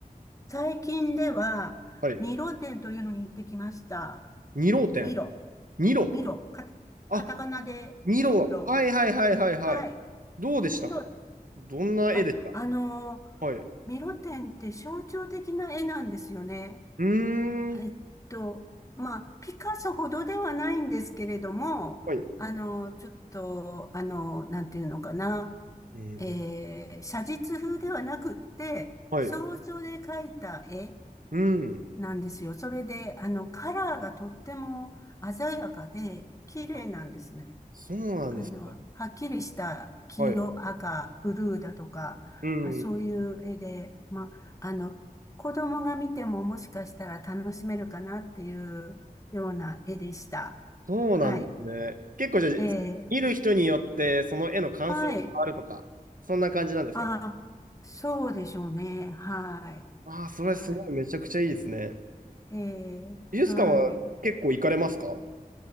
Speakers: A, on the left; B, on the right.
A: 最近では、
B: はい。
A: ミロ展というのに行ってきました。
B: 二郎展。
A: ミロ。
B: 二郎。
A: ミロ、か、
B: あ、
A: カタカナでミロ。
B: 二郎。はいはいはいはいはい。
A: はい。
B: どうでしたか
A: ミロ、
B: どんな絵でした
A: あ、あのー
B: はい。う
A: ミロ展って象徴的な絵なんですよね。
B: ーん。
A: えっと、まあ、ピカソほどではないんですけれども、
B: はい。
A: あのーちょっと、あのーなんていうのかな、
B: うん。
A: えー写実風ではなくって、
B: はい。
A: 想像で描いた絵
B: うん。
A: なんですよ。それで、あの、カラーがとっても鮮やかで、綺麗なんですね。
B: あ、そうなんですね。
A: あの、はっきりした黄色、
B: はい。
A: 赤、ブルーだとか、
B: うん。
A: あ、そういう絵で、
B: うん
A: まあ、あの、子供が見てももしかしたら楽しめるかなっていうような絵でした。
B: そうなんですね。
A: はい。
B: 結構じゃあ、
A: え
B: 見る人によってその絵の感想が変わるとか、
A: ー、はい。
B: そんな感じなんですかね。
A: あ、そうでしょうね。はい。
B: ああ、それすごいめちゃくちゃいいですね。
A: はい。えー、
B: 美術館は結構行かれますか、
A: はい。